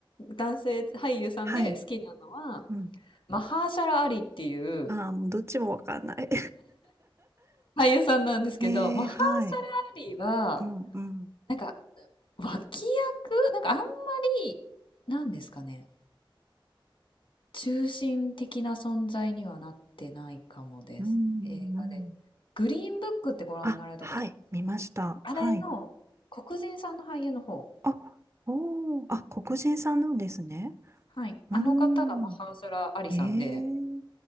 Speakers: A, on the left; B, on the right.
A: 男性俳優さんで好きなのは、
B: はい。うん。
A: マハーシャラ・アリっていう
B: ああ、もうどっちもわかんない。
A: 俳優さんなんですけど、
B: <laughs> ええはい。
A: マハーシャラ・アリは、
B: うんうん。
A: なんか、脇役なんかあんまり、なんですかね、中心的な存在にはなってないかもです。
B: うんうん。
A: 映画で。グリーンブックってご覧になられたことありますかあれの黒人さんの俳優の方。
B: あ、はい。見ました。はい。あ、おー。あ、黒人さんなんですね。
A: はい。
B: うーん。
A: あの方がマハンサラ・アリさんで、
B: へえ。